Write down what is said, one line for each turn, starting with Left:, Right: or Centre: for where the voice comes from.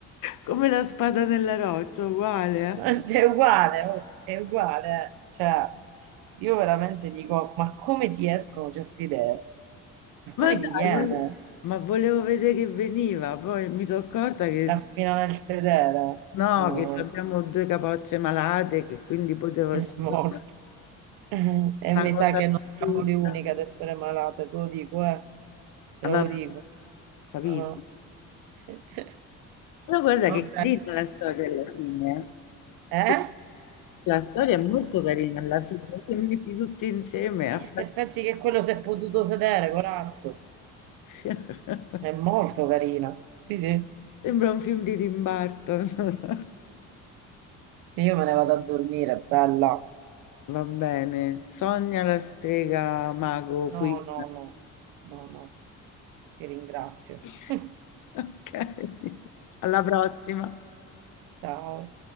Left: Come la spada nella roccia, uguale.
Right: <laughs>
Left: eh.
Right: È uguale, oh, è uguale. eh. Cioè, io veramente dico, ma come ti escono certe idee? Ma come
Left: Ma
Right: ti
Left: dai,
Right: viene
Left: vol- ma volevo vedere che veniva, poi mi sono accorta che
Right: la spina nel sedere?
Left: no,
Right: No,
Left: che abbiamo due capocce malate, che quindi potevo
Right: è
Left: scegliere
Right: molto. Eh, <laughs> E
Left: una
Right: mi
Left: cosa
Right: sa che non siamo
Left: assurda.
Right: le uniche ad essere malate, te lo dico, eh. Te
Left: Ma
Right: lo
Left: vabbè,
Right: dico.
Left: capito?
Right: No, no. <laughs>
Left: Però guarda
Right: Va
Left: che
Right: bene.
Left: carina la storia alla fine.
Right: Eh?
Left: eh. La storia è molto carina alla fine, <laughs> se metti tutti insieme
Right: Eh,
Left: a-
Right: se pensi che quello si è potuto sedere, corazzo,
Left: <laughs>
Right: è molto carina. Sì, sì.
Left: sembra un film di Tim Burton. <laughs>
Right: Io me ne vado a dormire, bella.
Left: Va bene. Sogna la strega mago
Right: No,
Left: qui.
Right: no, no, no, no, ti ringrazio.
Left: <laughs>
Right: <laughs>
Left: Ok. Alla prossima.
Right: Ciao.